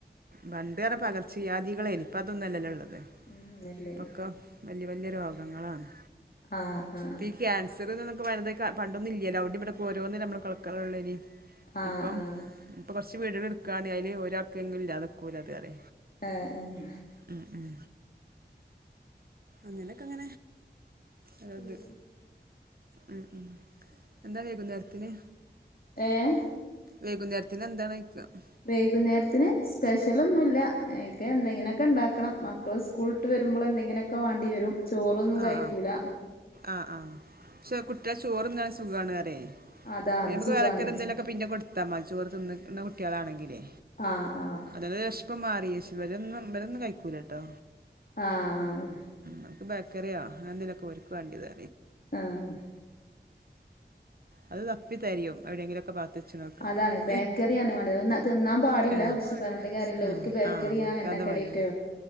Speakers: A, on the right; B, on the left.
A: പണ്ട് പറഞ്ഞാ പകർച്ച വ്യാധികളെരുന്നു ഇപ്പതൊന്നും അല്ലല്ലോ ഉള്ളത്
B: ഉം അല്ലേ
A: ഇപ്പോക്കെ വല്യ വല്യ രോഗങ്ങളാണ്
B: ആഹ് ആഹ്
A: പ്പോ ഈ ക്യാൻസർന്ന് <unintelligible> പണ്ടൊന്നില്ലല്ലോ അവുടി ഇവിടക്ക ഓരോന്നിന നമ്മള് കളക്കാനള്ളനി
B: ആഹ്
A: ഇപ്പം
B: ആഹ്
A: ഇപ്പൊ കൊറച്ച് വീടുകൾ എടുക്കുകയാണെ അയില് ഒരാൾക്ക് എങ്കിലും ഇല്ലാതൊക്കൂല അത് അത്
B: ആഹ് ആഹ്
A: ഉം ഉം അങ്ങനൊക്കെ അങ്ങനെ അതത്
B: ഏഹ്
A: ഉം ഉം എന്താ വേകുന്നേരത്തിന്
B: ഏഹ്
A: വൈകുന്നേരത്തിന് എന്താണ് ചോദിക്ക
B: വൈകുന്നേരത്തിന് സ്പെഷ്യൽ ഒന്നുല്ല ഐക്ക് എന്തെങ്ങനെയൊക്കെ ഉണ്ടാക്കണം മക്ക ള് സ്കൂളിട്ട് വരുമ്പോൾ എന്തെങ്കിലെയൊക്കെ വാണ്ടി വരും ചോറൊന്നും കഴിക്കൂല
A: ആഹ് ആഹ് ആഹ് ക്ഷേ കുട്ടികൾ ചോറ്ന്നാണ് സുഖം ആണ് പറയെ
B: അതാ അത്
A: നമുക്ക്
B: സുഖാണ്
A: വേറെ <unintelligible> എന്തെലും ഒക്കെ പിന്നെ കൊടുത്താ മതി ചോറ് തിന്നുന്ന കുട്ടികളാണെങ്കിലേ
B: ആഹ് ആഹ്
A: അതത് വെശപ് മാറിയേച് വരും വരന്നും കഴിക്കൂല ട്ടോ
B: ആഹ്
A: മക്ക് ബക്കറിയോ എന്തേലുമൊക്കെ ഒരിക്ക് വേണ്ടത്
B: ആഹ്
A: അത് തപ്പി തെരയും എവിടെങ്കിലൊ ഒക്കെ പാത്തച്ച് നോക്കാൻ
B: അതാണ്
A: പാടില്ല
B: ബേക്കറിയാണ് വേണ്ടത് അത് തിന്നാൻ പാടില്ല
A: ആഹ്
B: പക്ഷെ പറഞ്ഞിട്ട് കാര്യല്ല
A: ആഹ്
B: ഓൽക്ക് ബേക്കറിയാ
A: ആഹ് ഓൽക്കതാ
B: എണ്ണക്കടിയൊക്കെ
A: വേണ്ടത്